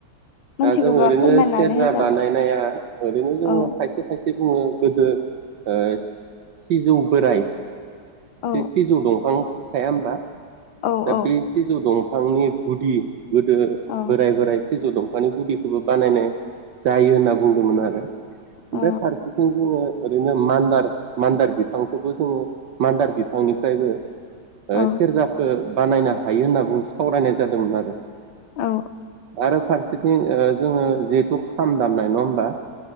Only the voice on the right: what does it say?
दा जों ओरैनो
सेरजा
बानायनाया ओरैनो जोङो
खायसे खायसे बुङो गोदो ओय सिजौ बोराय
सि-सिजौ दंफां थाया होमबा।
दा
बे सिजौ दं फांनि गुदि गोदो
बोराइ बोराय सिजौ दंफानि गुदिखौबो बानायनाय जायो होनना बुंदोंमोन आरो। ओमफाय
फारसेथिं जोङो ओरैनो मान्दार बिफांखौबो जोङो मान्दार बिफांनिफ्रायबो ओ
सेरजा बानायनो हायो होनना बुं सावरायनाय जादोंमोन आरो।
दा आरो‌ फारसे थिं जोङो जिहेथु खाम दामनाय नङा होमबा।